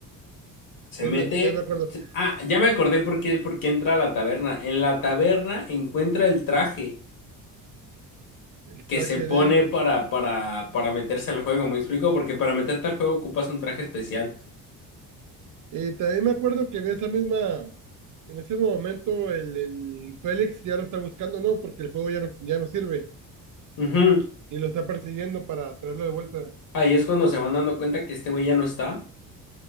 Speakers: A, on the left; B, on the right.
A: Se
B: el,
A: mete.
B: también me acuerdo,
A: Ah, ya me acordé por qué, por qué entra a la taberna. En la taberna encuentra el traje
B: el traje
A: que se pone
B: de...
A: para, para, para meterse al juego. ¿Me explico? Porque para meterte al juego ocupas un traje especial.
B: eh, también me acuerdo que en esa misma, en ese momento el, el Félix ya lo está buscando, ¿no? Porque el juego ya no, ya no sirve
A: Ujú.
B: y lo está persiguiendo para traerlo de vuelta.
A: Ahí es cuando se van dando cuenta que este güey ya no está.